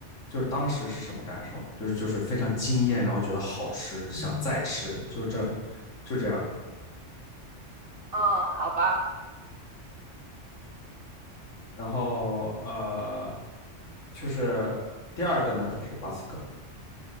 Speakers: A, on the left (about 85°); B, on the right (about 60°).
A: 就是当时是什么感受，就是就是非常惊艳，然后觉得好吃，想再吃，就是这，就这样。
B: 嗯，好吧，
A: 然后呃，就是第二个呢，就是巴斯克。